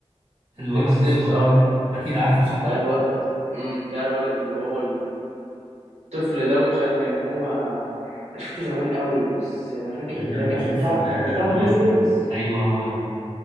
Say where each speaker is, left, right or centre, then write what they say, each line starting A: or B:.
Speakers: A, on the right (about 45°); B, on the right (about 75°).
A: الولد
B: سيكس
A: الصغير
B: سنس اه
A: اكيد عارفه صح
B: بتاع الولد امم بتاع الولد اللي هو الطفل ده ومش عارف كان هو انا شفته زمان قوي بس انا فاكر
A: اللي كان
B: ده كان
A: بيشوف
B: بتاع كان
A: آه،
B: بتاع
A: اموات
B: بروس ويلز
A: ايوه هو ده